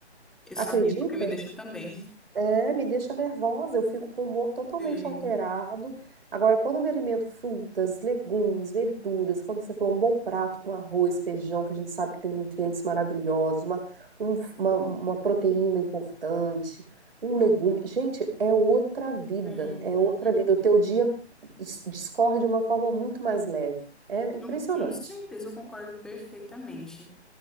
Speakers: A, in the centre; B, on the right.
A: Eu
B: Acredita?
A: sabia porque me deixa também.
B: É, me deixa nervosa, eu fico com o humor totalmente
A: Sim.
B: alterado. Agora, quando eu me alimento frutas, legumes, verduras, quando você falou um bom prato com arroz, feijão, que a gente sabe que tem nutrientes maravilhosos, uma, um- uma, uma proteína importante, um legume. Gente, é outra vida,
A: Uhum.
B: é outra vida. O teu dia dis- discorre de uma forma muito mais leve. É impressionante.
A: Não, com certeza eu concordo perfeitamente.